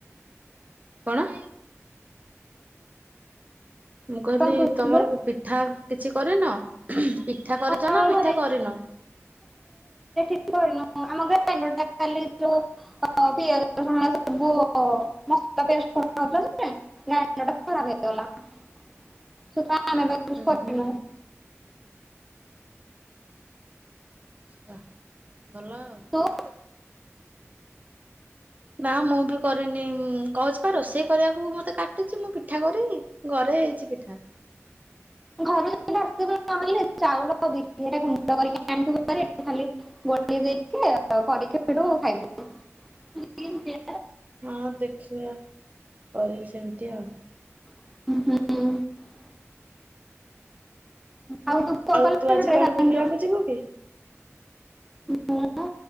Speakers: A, on the right; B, in the centre.
A: କଣ? ମୁଁ କହିଲି
B: କଣ କହୁଥିଲୁ
A: ତମର ପିଠା କିଛି କରିନ ପିଠା କରିଛ
B: ହଁ
A: ନା
B: ଘରେ
A: ପିଠା କରିନ?
B: ଏଠି କରିନୁ ଆମ ଗ୍ରାଇଣ୍ଡର ଟା କାଲି ଯେଉଁ ପିଆଜ ରସୁଣ ଅରିକା ସବୁ ମସଲା ପେଷ୍ଟ କରାହେଉଥିଲା ଯେ ଗ୍ରାଇଣ୍ଡର ଟା ଖରାପ ହେଇଗଲା ନାନା ତାକୁ କିଛି
A: ଉଁ
B: କରିନୁ।
A: ହୁଁ ଚ୍ଛା ଭଲ ଆଉ।
B: ତୁ
A: ନା ମୁଁ ବି କରନି କହୁଛି ପା ରୋଷେଇ କରିବା କୁ ମତେ କାଟୁଚି। ମୁଁ ପିଠା କରିବି ଘରେ ହେଇଛି ପିଠା।
B: <inaudible>
A: ହଁ ଦେଖିଆ କରିବି ସେମିତି ଆଉ।
B: <inaudible> ଆଉ ତୁ କୋଉ
A: ଆଉ
B: କଲର୍
A: ତୁ ଆଜି
B: ଡ୍ରେସ୍
A: କୁଆଡେ ବୁଲିବାକୁ
B: ଆଣିଛୁ
A: ଯିବୁ କି?
B: ମୁଁ